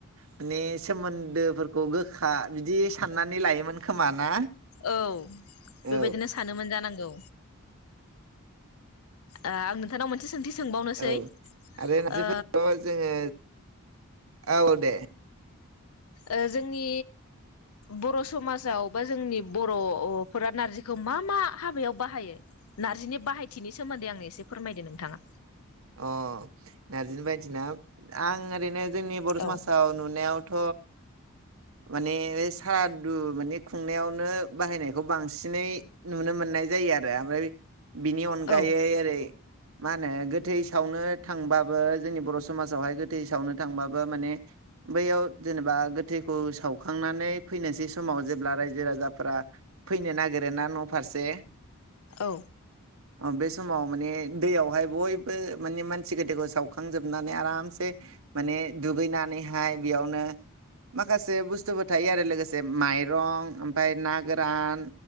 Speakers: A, on the right (about 70°); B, on the left (about 80°).
A: माने सोमोन्दोफोरखौ गोखा बिदि साननानै लायोमोन खोमा। ना
B: औ बेबायदिनो
A: औ
B: सानोमोन जानांगौ। आं नोंथांनाव मोनसे सोंथि सोंबावनोसै
A: औ आरो नारजिफोरखौथ'
B: ओ
A: जोङो। औ दे।
B: ओ जोंनि बर' समाजाव बा जोंनि बर'फोरा नारजिखौ मा मा हाबायाव बाहायो। नारजिनि बाहायथिनि सोमोन्दै आंनो एस, एसे फोरमायदो नोंथाङा।
A: अ नारजि बायदिना आं। ओरैनो जोंनि बर' समाजाव
B: औ
A: नुनायावथ' माने सारादु माने खुंनायावनो बाहायनायखौ बांसिनै नुनो मोननाय जायो आरो ओमफाय। बिनि अनगायै
B: औ
A: ओरै। मा होनो गोथै सावनो थांबाबो जोंनि बर' समाजावहाय गोथै सावनो थांबाबो माने बैयाव जेनेबा गोथैखौ सावखांनानै फैनोसै समाव जेब्ला रायजो राजाफोरा फैनो नागिर ना न फारसे।
B: औ
A: बे समाव माने दैयावहाय बय बो माने मानसि गोथैखौ सावखांजोबनानै आरामसे माने दुगैनानैहाय बेयावनो माखासे बस्थुबो थायो आरो लोगोसे माइरं ओमफ्राय ना गोरान